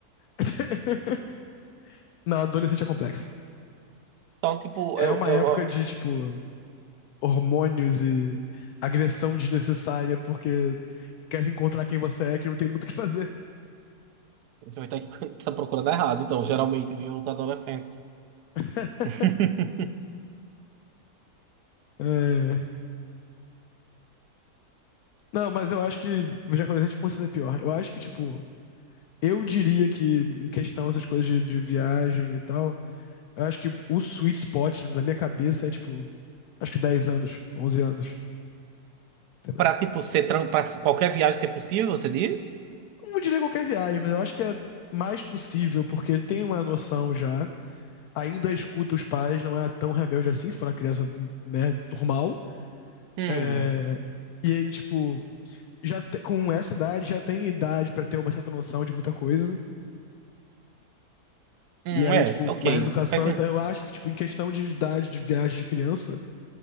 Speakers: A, on the left (about 75°); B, on the right (about 85°).
A: <laughs> Não, adolescente é complexo.
B: Então, tipo,
A: É
B: eu,
A: uma
B: eu,
A: época de, tipo, hormônios e agressão desnecessária, porque quer se encontrar quem você é, que não tem muito o que fazer.
B: eu tá <laughs> tá procurando errado. Então, geralmente, viu os adolescentes.
A: <laughs>
B: <laughs>
A: É. Não, mas eu acho que Jacarandá considera pior. Eu acho que, tipo, eu diria que, em questão dessas coisas de, de viagem e tal, eu acho que o sweet spot na minha cabeça é, tipo, acho que 10 anos, 11 anos, entendeu?
B: Pra, tipo, ser, tran- pra qualquer viagem ser possível, você diz?
A: Não diria qualquer viagem, mas eu acho que é mais possível, porque tem uma noção já, ainda escuta os pais, não é tão rebelde assim, se for uma criança, né, normal.
B: Hum,
A: É, E aí, tipo, já te- com essa idade, já tem idade pra ter uma certa noção de muita coisa.
B: hum,
A: E aí,
B: é,
A: tipo,
B: ok.
A: mais educação.
B: Faz sen-
A: Então, eu acho que, tipo, em questão de idade de viagem de criança,